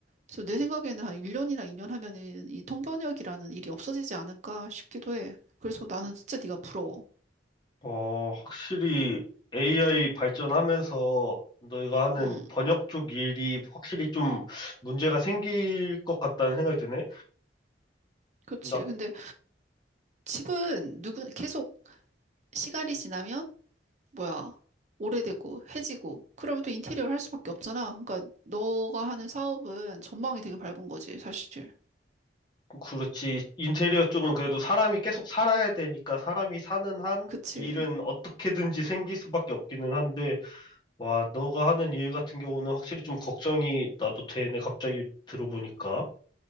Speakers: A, on the right (about 40°); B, on the left (about 25°).
A: 그래서 내 생각에는 한 1년이나 2년 하면은 이 통번역이라는 일이 없어지지 않을까 싶기도 해. 그래서 나는 진짜 네가 부러워.
B: 어, 확실히 AI 발전하면서 너희가 하는
A: 음,
B: 번역 쪽 일이 확실히 좀 문제가 생길 것 같다는 생각이 드네.
A: 그렇지.
B: 나,
A: 근데 집은 누구 계속 시간이 지나면 뭐야, 오래되고, 해지고, 그러면 또 인테리어를 할 수밖에 없잖아. 그러니까, 너가 하는 사업은 전망이 되게 밝은 거지, 사실.
B: 그렇지. 인테리어 쪽은 그래도 사람이 계속 살아야 되니까 사람이 사는 한
A: 그치.
B: 일은 어떻게든지 생길 수밖에 없기는 한데, 와, 너가 하는 일 같은 경우는 확실히 좀 걱정이 나도 되네. 갑자기 들어보니까.